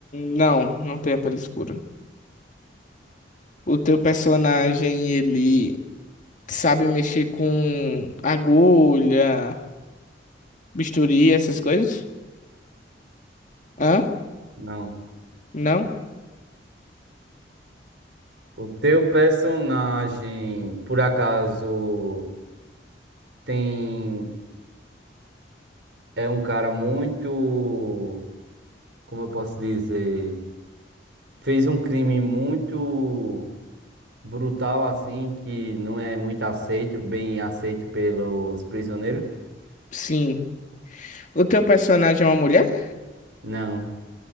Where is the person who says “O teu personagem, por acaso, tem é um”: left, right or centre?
Right